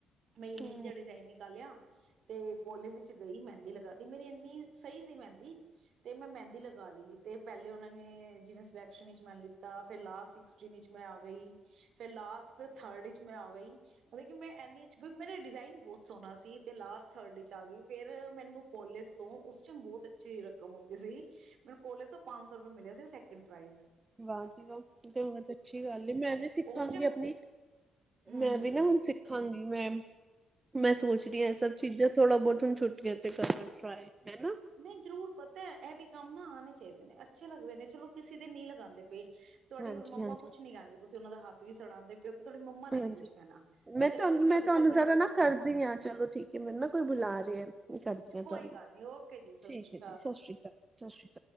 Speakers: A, on the right; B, on the right.
A: ਮੈ ਯੂਨੀਕ
B: ਹੂੰ
A: ਜਿਆ ਡਿਜ਼ਾਈਨ ਨਿਕਾਲਿਆ। ਤੇ ਕੋਲਜ ਇੱਚ ਗਈ, ਮਹਿੰਦੀ ਲਗਾਤੀ। ਮੇਰੀ ਇੰਨੀ ਸਹੀ ਸੀ ਮਹਿੰਦੀ ਤੇ ਮੈਂ ਮਹਿੰਦੀ ਲਗਾ ਲਈ ਤੇ ਪਹਿਲੇ ਉਹਨਾਂ ਨੇਂ ਜਿਵੇਂ ਸਿਲੈਕਸ਼ਨ ਵਿੱਚ ਮੈਨੂੰ ਲਿੱਤਾ। ਫੇਰ ਲਾਸਟ ਇਚ ਵਿੱਚ ਮੈਂ ਆ ਗਈ। ਫਿਰ ਲਾਸਟ ਥਰਡ ਇਚ ਮੈਂ ਆ ਗਈ, ਮਤਲਬ ਕਿ ਮੈਂ ਐਨੀ ਮੇਰਾ ਡਿਜ਼ਾਇਨ ਬਹੁਤ ਸੋਹਣਾ ਸੀ ਤੇ ਲਾਸਟ ਥਰਡ ਇਚ ਆ ਗਈ ਫਿਰ ਮੈਨੂੰ ਕਾਲਜ ਤੋਂ ਉਸ ਟਾਈਮ ਬਹੁਤ ਅੱਛੀ ਰਕਮ ਆਉਂਦੀ ਸੀ। ਮੈਨੂੰ ਕੋਲੇਜ ਤੋਂ ਪੰਜ ਸੌ ਰੁਪਏ ਮਿਲਿਆ ਸੀ, ਸੈਕਿੰਡ ਪ੍ਰਾਈਸ।
B: ਵਾਹ <inaudible> ਬਹੁਤ ਅੱਛੀ ਗੱਲ ਏ, ਮੈਂ ਵੀ ਸਿੱਖਾਂਗੀ
A: ਉਸ ਟਾਈਮ
B: ਆਪਣੀ।
A: ਹੂੰ
B: ਮੈਂ
A: ਹੂੰ
B: ਵੀ ਨਾ ਹੁਣ ਸਿੱਖਾਂਗੀ ਮੈਂ, ਮੈਂ ਸੋਚ ਰਹੀ ਹਾਂ ਇਹ ਸਭ ਚੀਜ਼ਾਂ ਥੋੜਾ ਬਹੁਤ ਹੁਣ ਛੁੱਟੀਆਂ ਤੇ ਕਰਾਂ ਟਰਾਏ ਹੈ ਨਾਂ!
A: ਨਹੀਂ ਜ਼ਰੂਰ ਪਤਾ ਇਹ ਵੀ ਕੰਮ ਨਾਂ ਆਣੇ ਚਾਹੀਦੇ ਨੇਂ, ਅੱਛੇ ਲੱਗਦੇ ਨੇਂ। ਚਲੋ ਕਿਸੇ ਦੇ ਨ੍ਹੀਂ ਲਗਾਂਦੇ ਪਏ ਤੁਹਾਡੀ
B: ਹਾਂਜੀ
A: ਹੁਣ ਮੰਮਾ
B: ਹਾਂਜੀ
A: ਕੁੱਛ ਨੀਂ ਕਹਿਣਗੇ, ਤੁਸੀਂ ਉਹਨਾਂ ਦਾ ਹੱਥ ਵੀ ਸੜਾਉਂਦੇ ਪਿ ਤੁਹਾਡੀ ਮੰਮਾ ਨੇਂ
B: ਹਾਂਜੀ
A: ਨੀਂ ਕੁਛ ਕਹਿਣਾ।
B: ਮੈਂ
A: ਚਲ
B: ਤੁਹਾਨੂੰ
A: ਕੋਈ ਨੀਂ ਮੇਰਾ
B: ਮੈਂ ਤੁਹਾਨੂੰ
A: ਬੱਚਾ
B: ਜ਼ਰਾ
A: ਪ੍ਰੈਕਟਿਸ
B: <unintelligible> ਚਲੋ ਠੀਕ ਏ ਮੈਨੂੰ ਨਾਂ ਕੋਈ ਬੁਲਾ ਰਿਹਾ। ਕਰਦੀ
A: ਕੋਈ
B: ਆਂ ਤੁਹਾਨੂੰ।
A: ਗੱਲ ਨੀ ਓਕੇ ਜੀ ਸਤਿ
B: ਠੀਕ
A: ਸ਼੍ਰੀ
B: ਐ ਜੀ, ਸਤਿ ਸ਼੍ਰੀ ਅਕਾਲ। ਸਤਿ ਸ਼੍ਰੀ ਅਕਾਲ।